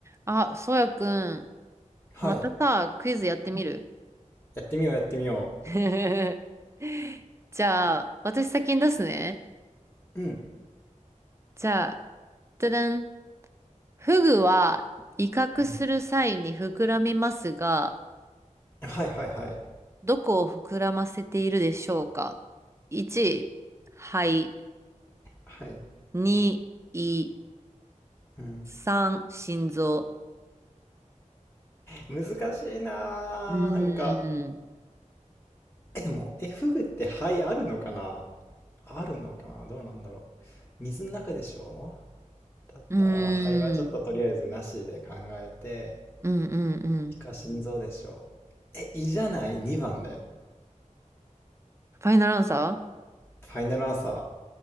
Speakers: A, on the right; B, on the left.
A: あ、そうやくん、
B: はい。
A: またさ、クイズやってみる
B: やってみよう、やってみよ
A: <laughs> じゃあ、私先に出すね。
B: う。うん。
A: じゃあ、じゃじゃん。フグは威嚇する際に膨らみますが、
B: うん。はいはいはい。
A: どこを膨らませているでしょうか ?1、肺。
B: はい。
A: 2、胃。
B: うん。
A: 3、心臓。
B: 難しいなあなんか。
A: うーん。
B: え、でも、え、フグって肺あるのかなあるのかなどうなんだろう。水の中でしょだったら、
A: うーん。
B: 肺はちょっととりあえずなしで考えて、
A: うんうんうん。
B: イカ心臓でしょえ、胃じゃない2番で。
A: ファイナルアンサ
B: ファイナルアンサ